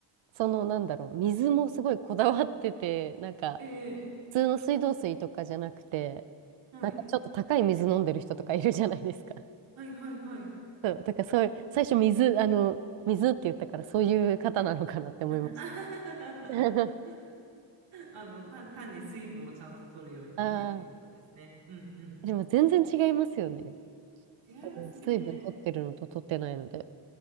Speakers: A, on the right; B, on the right.
A: そのなんだろう、水もすごいこだわってて、なんか
B: ええ
A: 普通の水道水とかじゃなくて、
B: はい。
A: なんかちょっと高い水飲んでる人とかいるじゃないですか。
B: はい、はい、はい。
A: そう、だからそういう、最初水、あの、水って言ったからそういう方なのかなって思いまし
B: <laughs> あははは
A: た。<laughs>
B: あの、単、単に水分をちゃんと取るようにっていうところですね。
A: ああ、
B: うんうん。
A: でも全然違いますよね。
B: 違いますね。
A: あの水分取ってるのと取ってないので。